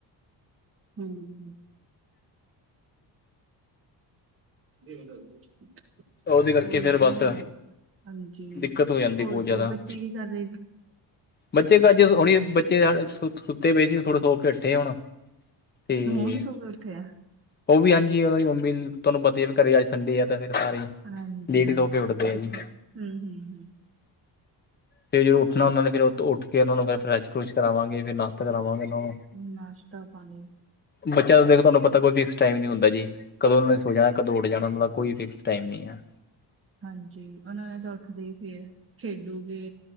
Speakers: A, on the right; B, on the left.
A: ਹੂ ਹੂ,,, <unintelligible>
B: ਉਹਦੇ ਕਰਕੇ
A: ਹੋਰ
B: ਫਿਰ ਬਸ
A: ਕੀ ਹੋਰ ਹਾਂਜੀ
B: ਦਿੱਕਤ ਹੋ ਜਾਂਦੀ
A: ਹੋਰ
B: ਬਹੁਤ ਜ਼ਿਆਦਾ
A: ਕੀ ਬੱਚੇ ਕੀ ਕਰ ਰਹੇ ਨੇ
B: ਬੱਚੇ ਤਾਂ ਅੱਜ ਹੁਣੇ ਬੱਚੇ ਸੁੱਤੇ ਪਏ ਸੀ ਥੋੜੇ ਤੋਂ ਸੋ ਕੇ ਹੱਟੇ ਹੁਣ ਤੇ
A: ਹੁਣ ਸੋ ਕੇ ਉੱਠਿਆ
B: ਉਹ ਵੀ ਹਾਂਜੀ ਉਹਨਾਂ ਦੀ ਮੰਮੀ ਤੁਹਾਨੂੰ ਪਤਾ ਘਰੇ ਅੱਜ ਸੰਡੇ ਆ ਤਾ ਫਿਰ ਸਾਰੇ
A: ਹਾਂਜੀ
B: ਲੇਟ ਹੀ ਸੋ ਕੇ ਉੱਠਦੇ ਆ
A: ਇਹ
B: ਜੀ
A: ਤਾਂ ਹੂ ਹੂ
B: ਤੇ ਫਿਰ ਉੱਠਣਾ ਉਹਨਾਂ ਨੇ ਉੱਠ ਕੇ ਫਰੈਸ਼ ਫਰੈਸ਼ ਕਰਾਵਾਂਗੇ ਤੇ ਨਾਸਤਾ ਕਰਾਵਾਂਗੇ ਉਹਨਾਂ ਨੂੰ
A: ਹੂੰ, ਨਾਸ਼ਤਾ ਪਾਣੀ
B: ਬੱਚਾ ਦੇਖ ਤੁਹਾਨੂੰ ਪਤਾ ਕੋਈ ਫਿਕਸ ਟਾਈਮ ਨਹੀਂ ਹੁੰਦਾ ਜੀ ਕਦੋਂ ਉਹਨਾਂ ਨੇ ਸੋਚਿਆ ਉਠ ਜਾਣਾ ਹੁੰਦਾ ਕੋਈ ਫਿਕਸ ਟਾਈਮ ਨਹੀਂ ਕਿਆ
A: ਹਾਂਜੀ ਉਹਨਾਂ ਨੇ ਵੱਖਰੇ ਪਏ ਖੇਡੋਗੇ